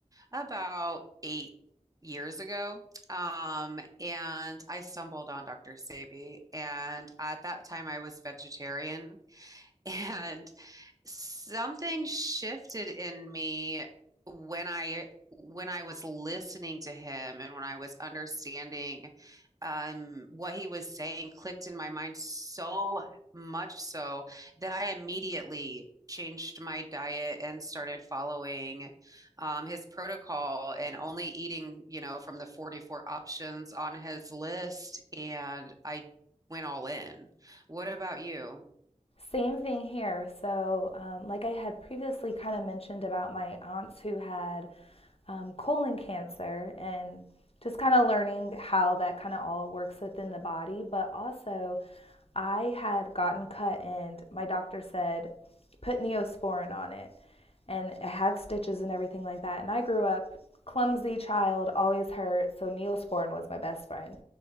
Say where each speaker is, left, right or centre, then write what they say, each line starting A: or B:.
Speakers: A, on the right; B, on the left.
A: about eight years ago. Um, and I stumbled on Dr. Sebi. And at that time, I was vegetarian. <laughs> And something shifted in me when I when I was listening to him and when I was understanding um, what he was saying clicked in my mind so much so that I immediately changed my diet and started following um, his protocol and only eating, you know, from the 44 options on his list. And I went all in. What about you?
B: Same thing here. So, um, like I had previously kind of mentioned about my aunts who had um, colon cancer and just kind of learning how that kind of all works within the body. But also, I had gotten cut, and my doctor said, put neosporin on it. And I had stitches and everything like that. And I grew up clumsy child, always hurt. So, neosporin was my best friend.